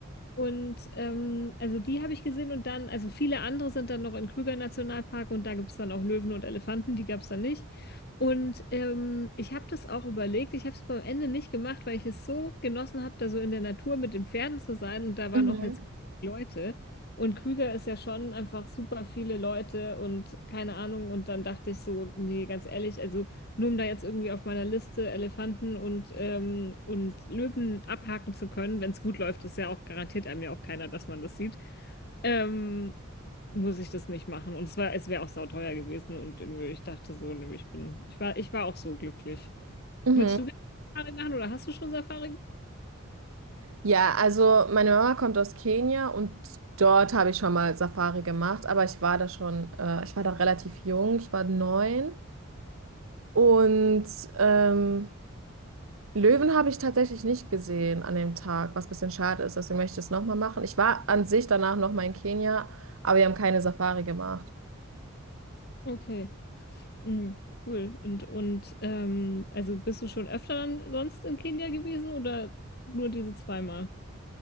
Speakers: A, on the left (about 50°); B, on the right (about 80°).
A: Und ähm, also die habe ich gesehen und dann, also viele andere sind dann noch in Krüger Nationalpark und da gibt es dann auch Löwen und Elefanten, die gab es dann nicht. Und ähm, ich habe das auch überlegt, ich habe es am Ende nicht gemacht, weil ich es so genossen habe, da so in der Natur mit den Pferden zu sein und da waren
B: Mhm.
A: auch halt so viele Leute. Und Krüger ist ja schon einfach super viele Leute und keine Ahnung. Und dann dachte ich so, nee, ganz ehrlich, also. Nur um da jetzt irgendwie auf meiner Liste Elefanten und, ähm, und Löwen abhaken zu können, wenn es gut läuft, ist ja auch garantiert einem ja auch keiner, dass man das sieht, ähm, muss ich das nicht machen. Und es war, es wäre auch sauteuer gewesen und irgendwie, ich dachte so, nö, ich bin, ich war, ich war auch so glücklich.
B: Mhm.
A: Würdest du gerne Safari machen oder hast du schon Safari?
B: Ja, also meine Mama kommt aus Kenia und dort habe ich schon mal Safari gemacht, aber ich war da schon, äh, ich war da relativ jung, ich war neun. Und ähm, Löwen habe ich tatsächlich nicht gesehen an dem Tag, was ein bisschen schade ist. Deswegen möchte ich es nochmal machen. Ich war an sich danach nochmal in Kenia, aber wir haben keine Safari gemacht.
A: Okay, Mhm, cool. Und, und ähm, also bist du schon öfter dann sonst in Kenia gewesen oder nur diese zweimal?